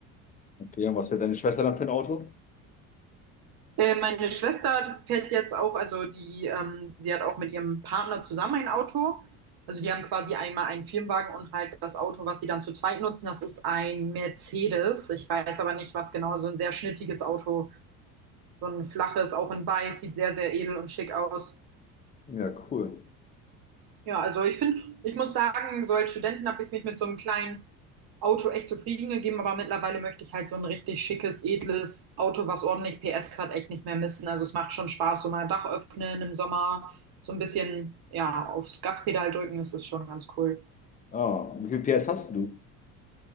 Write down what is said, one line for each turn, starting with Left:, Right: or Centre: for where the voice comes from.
Left: Okay, und was fährt deine Schwester dann für ein Auto?
Right: Äh, Meine Schwester fährt jetzt auch, also die, ähm, sie hat auch mit ihrem Partner zusammen ein Auto. Also die haben quasi einmal einen Firmenwagen und halt das Auto, was sie dann zu zweit nutzen, das ist ein Mercedes. Ich weiß aber nicht, was genau, so ein sehr schnittiges Auto, so ein flaches, auch in weiß, sieht sehr, sehr edel und schick aus.
Left: Ja, cool.
Right: Ja, also ich finde, ich muss sagen, so als Studentin habe ich mich mit so einem kleinen Auto echt zufrieden gegeben, aber mittlerweile möchte ich halt so ein richtig schickes, edles Auto, was ordentlich PS hat, echt nicht mehr missen. Also es macht schon Spaß, so mal Dach öffnen im Sommer, so ein bisschen, ja, aufs Gaspedal drücken, das ist schon ganz cool.
Left: Ah, wie viel PS hast du?